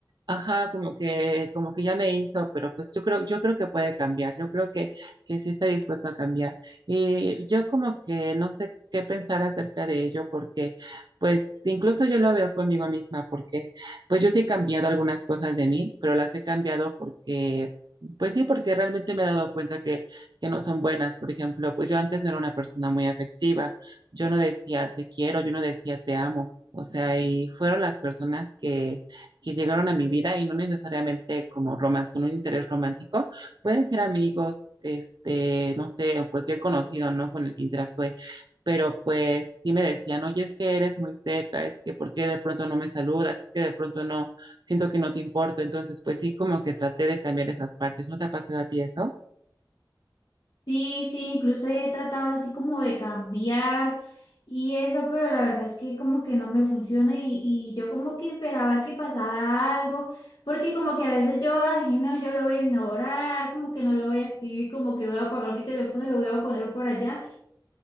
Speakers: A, on the right (about 65°); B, on the left (about 65°).
A: Ajá, como que, como que ya me hizo, pero pues yo creo, yo creo que puede cambiar, yo creo que, que sí está dispuesto a cambiar. Y yo como que no sé qué pensar acerca de ello, porque pues incluso yo lo veo conmigo misma, porque pues yo sí he cambiado algunas cosas de mí, pero las he cambiado porque, pues sí, porque realmente me he dado cuenta que, que no son buenas. Por ejemplo, pues yo antes no era una persona muy afectiva, yo no decía te quiero, yo no decía te amo. O sea, y fueron las personas que que llegaron a mi vida y no necesariamente como romance, con un interés romántico, pueden ser amigos, este, no sé, o cualquier conocido, ¿no? Con el que interactué. Pero pues sí me decían, oye, es que eres muy seca, es que por qué de pronto no me saludas, es que de pronto no, siento que no te importo. Entonces, pues sí, como que traté de cambiar esas partes. ¿No te ha pasado a ti eso?
B: Sí, sí, incluso he tratado así como de cambiar y eso, pero la verdad es que como que no me funciona y, y yo como que esperaba que pasara algo, porque como que a veces yo, ay, no, yo lo voy a ignorar, como que no lo voy a escribir, como que voy a apagar mi teléfono y lo voy a poner por allá,